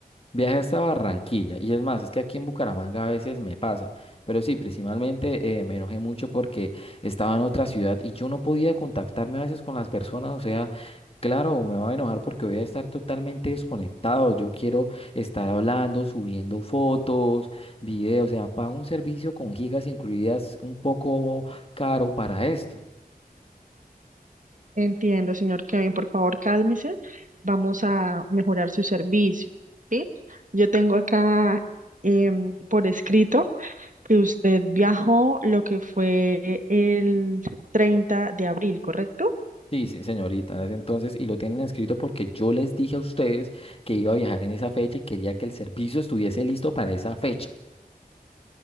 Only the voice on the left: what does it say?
Viaje hasta Barranquilla. Y es más, es que aquí en Bucaramanga a veces me pasa. Pero sí, principalmente eh, me enojé mucho porque estaba en otra ciudad y yo no podía contactarme a veces con las personas. O sea, claro, me va a enojar porque voy a estar totalmente desconectado. Yo quiero estar hablando, subiendo fotos, videos. O sea, pago un servicio con gigas incluidas un poco caro para esto.
Sí, sí, señorita, en ese entonces, y lo tienen escrito porque yo les dije a a ustedes que que iba a viajar en esa esa fecha fecha. y quería que el servicio estuviese listo para esa fecha.